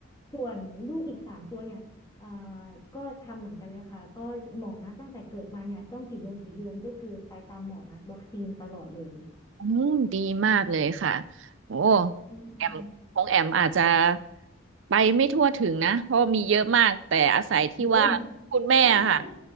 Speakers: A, on the left (about 20°); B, on the right (about 65°).
A: ส่วนลูกอีกสามตัวเนี่ยเอ่อก็ทำเหมือนกันเลยค่ะก็หมอนัดตั้งแต่เกิดมาเนี่ยต้องกี่เดือนกี่เดือนก็คือไปตามหมอนัดวัคซีนตลอดเลย
B: อืมดีมากเลยค่ะโอ้
A: อืม
B: แอมของแอมอาจจะไปไม่ทั่วถึงนะเพราะมีเยอะมากแต่อาศัยที่ว่าคุณแม่อะค่ะ
A: เยอะ <laughs>